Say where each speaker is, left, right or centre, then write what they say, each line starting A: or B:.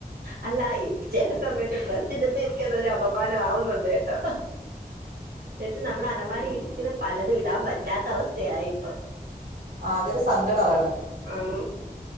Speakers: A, on the right; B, on the right.
A: അല്ല ഇ ചെല സമയത്ത് ഡ്രസ് ഇടുമ്പെനിക്കതൊര് അപമാന ആവുന്നുണ്ട് കെട്ടൊ ചെച്ച് നമ്മടെ അലമാരിൽ
B: ഇപ്-
A: ഇരിക്കുന്ന പലതും ഇടാൻ പറ്റാത്ത അവസ്ഥയായി ഇപ്പൊ?
B: ആഹ് അതൊര് സങ്കടവാണ്
A: ആന്നൊ